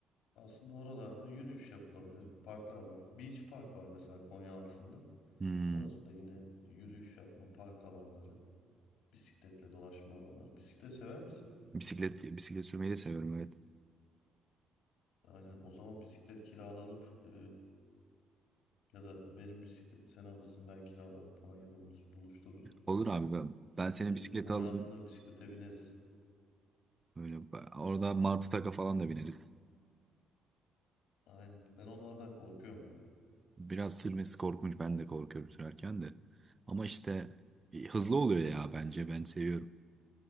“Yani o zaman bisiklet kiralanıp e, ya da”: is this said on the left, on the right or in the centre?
Left